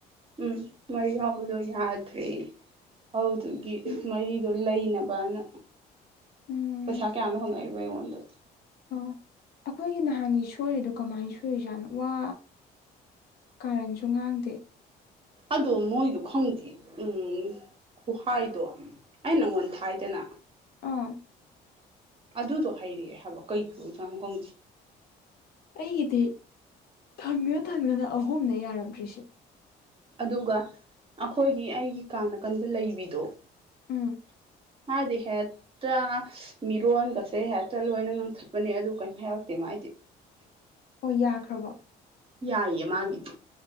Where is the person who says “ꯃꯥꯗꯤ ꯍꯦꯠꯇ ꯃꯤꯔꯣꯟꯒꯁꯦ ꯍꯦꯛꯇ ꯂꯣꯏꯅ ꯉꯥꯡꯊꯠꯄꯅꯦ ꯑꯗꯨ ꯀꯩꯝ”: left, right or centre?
Right